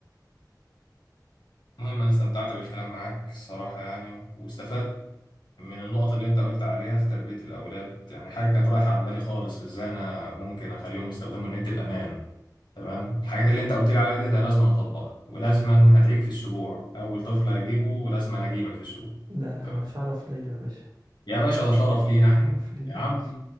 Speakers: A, on the left; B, on the right.
A: المهم انا استمتعت بالكلام معاك الصراحه يعني واستفدت من النقط اللي انت قلت عليها في تربية الأولاد يعني حاجة كانت رايحة عن بالي خالص ازاي انا ممكن اخليهم يستخدموا النت بأمان تمام الحاجات اللي انت قلت لي عليها دي انا لازم اطبقها ولازم هدعيك في السبوع اول طفل هجيبه ولازم انا اجيبك في السوق
B: ده
A: تمام
B: شرف ليا يا باشا
A: يا باشا ده شرف لينا احنا
B: شرف ليا
A: يا عم
B: يا باشا